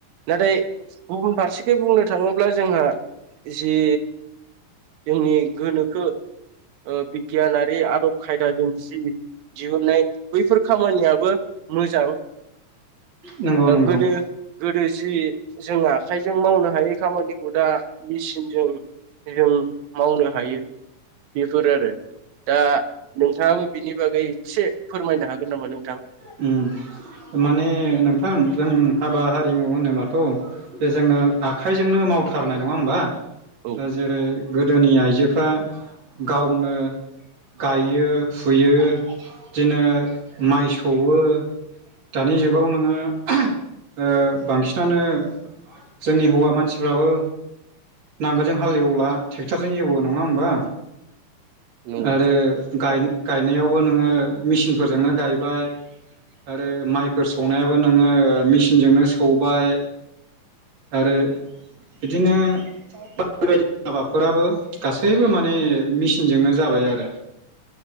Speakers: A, on the right; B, on the right.
A: नाथाय गुबुन फारसेखै बुंनो थाङोब्ला जोंहा जि जोंनि गोनोखो ओ बिगियानारि आदब खायदाजों जि दिहुननाय बैफोर खामानियाबो मोजां ओ
B: नंगौ नंगौ
A: गोदो गोदो जि जों आखाइजों मावनो हायै खामानिखौ दा मेसिनजों जों मावनो हायो बेफोर आरो दा नोंथां बिनि बागै एसे फोरमायनो हागोन नामा नोंथां
B: उम माने नोंथां जों हाबा हारिमु होनो होनबाथ' बे जोङो आखाइजोंनो मावथारनाय नङा होमबा
A: औ
B: ओ जेरै गोदोनि आइजोफ्रा गावनो गायो फुयो बिदिनो माइ सौवो दानि जुग गाव नोङो ओ बांसिनानो जोंनि हौवा मानसिफ्राबो नांगोलजों हाल एवला टेक्ट'रजों एवो नङा होमबा
A: नंगौ
B: आरो गाय-गायनायावबो नोङो मेसिनफोरजोंनो गायबाय आरो माइ फोर सौनायाबो नोङो मिसिनजोंनो सौबाय आरो बिदिनो बाय-बायदि हाबाफोराबो गासैबो माने मेसिनजोंनो जाबाय आरो